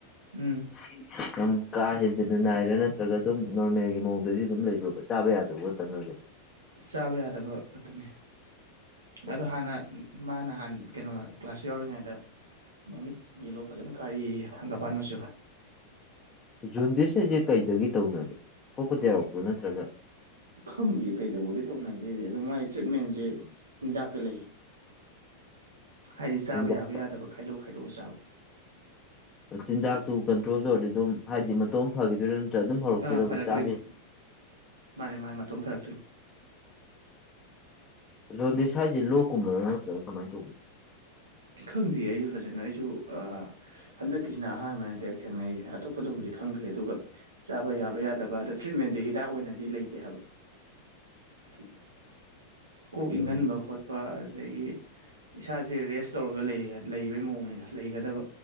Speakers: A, on the right; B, on the left.
A: ꯎꯝ
B: <unintelligible> ꯌꯥꯝ ꯀꯥ ꯍꯦꯟꯖꯤꯟꯅ ꯅꯥꯏꯔ ꯅꯠꯇ꯭ꯔꯒ ꯑꯗꯨꯝ ꯅꯣꯔꯃꯦꯜꯒꯤ ꯃꯑꯣꯡꯗꯗꯤ ꯑꯗꯨꯝ ꯂꯩꯕ꯭ꯔꯣꯕ ꯆꯥꯕ ꯌꯥꯗꯕ ꯈꯛꯇꯪꯂꯕ
A: ꯆꯥꯕ ꯌꯥꯗꯕ ꯈꯛꯇꯅꯦ
B: ꯑꯣ
A: ꯑꯗꯣ ꯍꯥꯟꯅ ꯃꯥ ꯅꯍꯥꯟ ꯀꯩꯅꯣ ꯀ꯭ꯂꯥꯁ ꯌꯥꯎꯔꯤꯉꯩꯗ ꯃꯃꯤꯠ ꯌꯦꯜꯂꯣ ꯐꯖꯅ ꯀꯥꯏꯌꯦꯌꯦ ꯍꯪꯒꯥꯄꯥꯟ ꯃꯆꯨ
B: ꯖꯣꯟꯗꯤꯁ ꯍꯥꯏꯖꯦ ꯀꯩꯗꯒꯤ ꯇꯧꯅꯒꯦ ꯄꯣꯛꯄꯗꯩ ꯌꯥꯎꯔꯛꯄ꯭ꯔꯣ ꯅꯠꯇ꯭ꯔꯒ
A: ꯈꯪꯗꯦ ꯀꯩꯗꯧꯕꯗꯩ ꯇꯧꯅꯒꯦꯗꯤ ꯑꯗꯣ ꯃꯥꯏ ꯇ꯭ꯔꯤꯠꯃꯦꯟꯖꯦ ꯆꯤꯟꯖꯥꯛꯇ ꯂꯩ
B: <inaudible>
A: ꯍꯥꯏꯗꯤ ꯆꯥꯕ
B: ꯆꯤꯟꯖꯥꯛ
A: ꯌꯥꯕ ꯌꯥꯗꯕ ꯈꯥꯏꯗꯣꯛ ꯈꯥꯏꯗꯣꯛꯑꯒ ꯆꯥꯕ
B: ꯆꯤꯟꯖꯥꯛꯇꯨ ꯀꯟꯇ꯭ꯔꯣꯜ ꯇꯧꯔꯗꯤ ꯑꯗꯨꯝ ꯍꯥꯏꯗꯤ ꯃꯇꯣꯝ ꯐꯈꯤ ꯗꯣꯏꯔꯥ ꯅꯠꯇ꯭ꯔ ꯑꯗꯨꯝ ꯍꯧꯔꯛꯇꯣꯏꯔ
A: ꯑꯥ ꯐꯔꯛꯇꯣꯏꯅꯦ
B: ꯆꯥꯕ
A: ꯃꯥꯅꯦ ꯃꯥꯅꯦ ꯃꯇꯣꯝ ꯐꯔꯛꯇꯨꯏ
B: ꯍꯣꯟꯗꯤꯁ ꯍꯥꯏꯖꯦ ꯂꯣꯛ ꯀꯨꯝꯕꯔꯥ ꯅꯠꯇ꯭ꯔꯒ ꯀꯃꯥꯏ ꯇꯧꯕꯅꯣ
A: ꯈꯪꯗꯦ ꯑꯩꯁꯨ ꯐꯖꯅ ꯑꯩꯁꯨ ꯑ ꯍꯟꯗꯛꯀꯤꯁꯤꯅ ꯑꯍꯥꯟꯕꯅꯦ ꯗꯥꯏꯔꯦꯛ ꯊꯦꯡꯅꯩꯁꯦ <unintelligible> ꯑꯇꯣꯞꯄꯗꯕꯨꯗꯤ ꯈꯪꯈ꯭ꯔꯦ ꯑꯗꯨꯒ ꯆꯥꯕ ꯌꯥꯕ ꯌꯥꯗꯕ ꯑꯗꯣ ꯇ꯭ꯔꯤꯠꯃꯦꯟꯖꯦ ꯍꯤꯗꯥꯛ ꯑꯣꯏꯅꯗꯤ ꯂꯩꯇꯦ ꯍꯥꯏꯕ <inaudible> ꯀꯣꯛ
B: ꯎꯝ
A: ꯏꯪꯍꯟꯕ ꯈꯣꯠꯄ ꯑꯗꯨꯗꯒꯤ ꯏꯁꯥꯁꯦ ꯔꯦꯁ ꯇꯧꯔꯒ ꯂꯩ ꯂꯩꯕꯩ ꯃꯑꯣꯡꯅꯤꯗ ꯂꯩꯒꯗꯕ